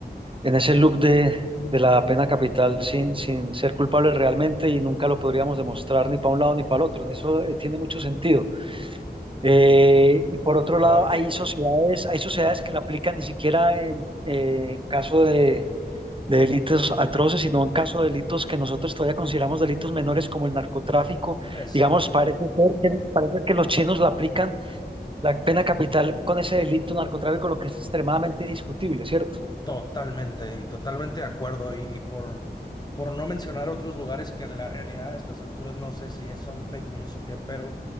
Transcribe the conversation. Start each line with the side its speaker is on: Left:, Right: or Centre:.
Right: en ese loop de, de la pena capital sin, sin ser culpable realmente y nunca lo podríamos demostrar ni para un lado ni para el otro. En eso eh, tiene mucho sentido. Eh, y por otro
Left: claro,
Right: lado, hay sociedades, hay sociedades que la aplican ni siquiera en, eh, en caso de, de delitos atroces, sino en caso de delitos que nosotros todavía consideramos delitos menores como el narcotráfico.
Left: exactamente.
Right: Digamos, parece ser que, parece que los chinos la aplican la pena capital con ese delito narcotráfico, lo que es extremadamente discutible, ¿cierto?
Left: Totalmente y totalmente de acuerdo. Y, y por, por no mencionar otros lugares que en la realidad a estas alturas no sé si es- son fake news o qué, pero